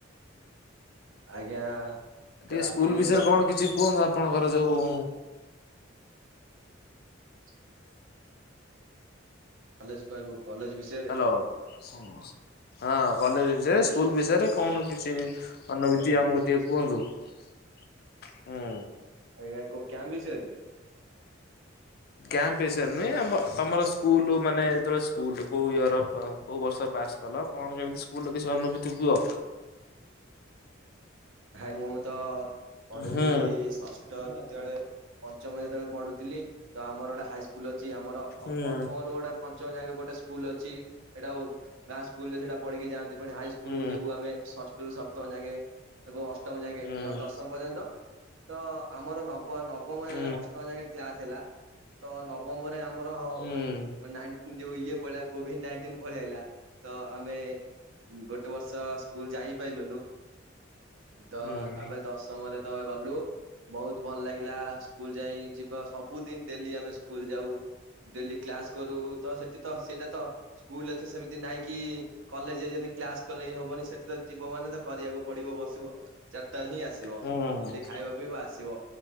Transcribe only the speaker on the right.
ଆଜ୍ଞା
ରାତିରେ
ତ
। ଭଲସେ କହିବୁ। କଲେଜ ବିଷୟରେ
ଆଜ୍ଞା
ଏରା କୋଉ କ୍ୟାମ୍ ବିଷୟରେ
ହାଇଁ ମୁଁ ତ ପଢୁଥିଲି
ଷଷ୍ଠ ଯେତେବେଳେ ପଞ୍ଚମ ଯେତେବେଳେ ପଢୁଥିଲି ତ ଆମର ଗୋଟେ ହାଇସ୍କୁଲ ଅଛି ଆମର
ପ୍ରଥମ ରୁ ଗୋଟେ ପଞ୍ଚମ ଯାଏ। ଗୋଟେ ସ୍କୁଲ ଅଛି ସେଇଟା ଗାଁ ସ୍କୁଲ ରେ ସେଇଟା ପଢିକି ଯାଆନ୍ତି। ହାଇସ୍କୁଲକୁୁ
ଯିବୁ ଆମେ ଷଷ୍ଠରୁ ସପ୍ତମ ଯାଙ୍ଗେ। ଅଷ୍ଟମ ଯାକେ
ଦଶମ ପର୍ଯ୍ୟନ୍ତ ତ ଆମର ନ ନବମ
ଯାକେ
ଅଷ୍ଟମ ଯାକେ କ୍ଲାସ୍ ହେଲା ତ ନବମରେ ଆମର
ନାଇଁନ୍‌ ଯୋଉ ଇଏ ପିଲ କୋଭିଡ ନାଇଣ୍ଟିନ ଭଳିଆ ହେଇଲା ତ ଆମେ ଗୋଟେ ବର୍ଷ ସ୍କୁଲ ଯାଇପାରିଲୁନୁ। ତ
ତାପରେ ଦଶମରେ ତ ଗଲୁ। ବହୁତ ଭଲ ଲାଗିଲା ସ୍କୁଲ ଯାଇ ଯିବା ସବୁଦିନ ଡେଲି ଆମେ ସ୍କୁଲ ଯାଉ ଡେଲି କ୍ଲାସ କରୁ ତ ସେଠି ତ ସେଇଟା ତ ସ୍କୁଲରେ ତ ସେମିତି ନାଇଁ କି କଲେଜ ଯେମିତି କ୍ଲାସ କଲେ ହବନି ସେଠି ତ ଜୀବ ମାନେ ତ କରିବାକୁ ପଡିବ ବସିବ ଚାରିଟାରେ ହିଁ ଆସିବ
ଏଠି ଖାଇବା ପିଇବା ଆସିବ